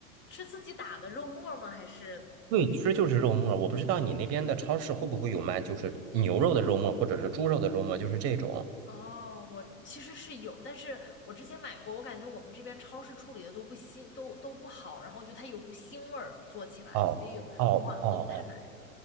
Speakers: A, on the left; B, on the right.
A: 是自己打的肉末儿吗？还是？
B: 对，其实就是肉沫。我不知道你那边的超市会不会有卖，就是牛肉的肉沫，或者是猪肉的肉沫，就是这种。
A: 哦，我其实是有，但是我之前买过，我感觉我们这边超市处理的都不新，都都不好，然后就它有股腥味儿，做起来，
B: 哦哦哦哦
A: 所以我好像都不太买，